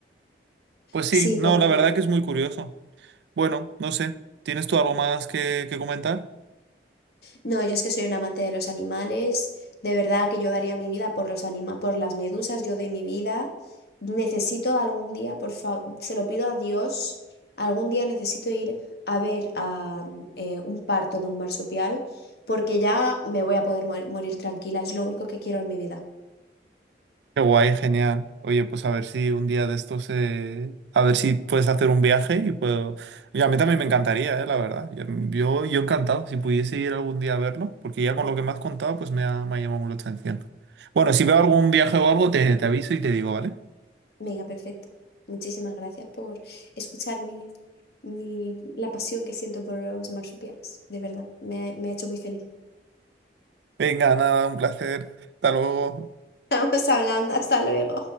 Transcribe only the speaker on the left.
Sí,
pobrecita.
No, yo es que soy un amante de los animales. De verdad que yo daría mi vida por los anima, por las medusas. Yo doy mi vida. Necesito algún día, por favor, se lo pido a Dios. Algún día necesito ir a ver a, mm, eh, un parto de un marsupial, porque ya me voy a poder mor- morir tranquila. Es lo único que quiero en mi vida.
Venga, perfecto. Muchísimas gracias por escuchar mi, mi, la pasión que siento por los marsupiales. De verdad, me ha, me ha hecho muy feliz.
<laughs> Estamos hablando, hasta luego.